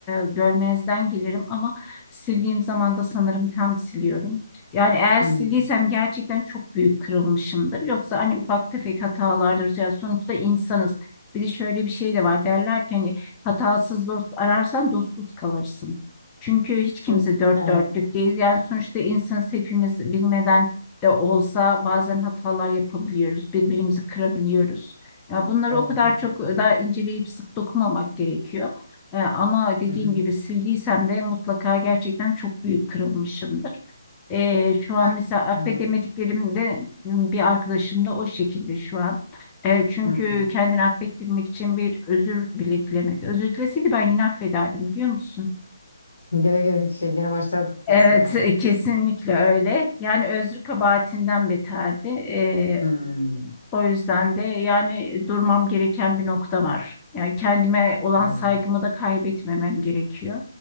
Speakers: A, on the left; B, on the left.
A: e, görmezden gelirim ama sildiğim zaman da sanırım tam siliyorum. Yani eğer
B: Hı.
A: sildiysem gerçekten çok büyük kırılmışımdır. Yoksa hani ufak tefek hatalardır. Ya sonuçta insanız. Bir de şöyle bir şey de var derler ki hani hatasız dost ararsan dostsuz kalırsın. Çünkü hiç kimse
B: Hı,
A: dört
B: Evet,
A: dörtlük değil. Yani sonuçta insanız hepimiz bilmeden de olsa bazen hatalar yapabiliyoruz. Birbirimizi kırabiliyoruz. Ya bunları
B: evet
A: o kadar
B: onu.
A: çok da inceleyip sık dokumamak gerekiyor. E, ama dediğim
B: Hı hı.
A: gibi sildiysem de mutlaka gerçekten çok büyük kırılmışımdır. E, şu an
B: Yani
A: mesela affedemediklerimde
B: evet.
A: bir arkadaşım da o şekilde şu an. E, çünkü
B: Hı.
A: kendini affettirmek için bir özür bile dilemedi. Özür dileseydi ben yine affederdim biliyor musun?
B: Gene gene şey gene başlardık
A: Evet,
B: diyorsun yani.
A: e, kesinlikle öyle. Yani özrü kabahatinden beterdi. E,
B: Hı.
A: o yüzden de yani e, durmam gereken bir nokta var. Yani kendime olan
B: Anladım.
A: saygımı da kaybetmemem gerekiyor.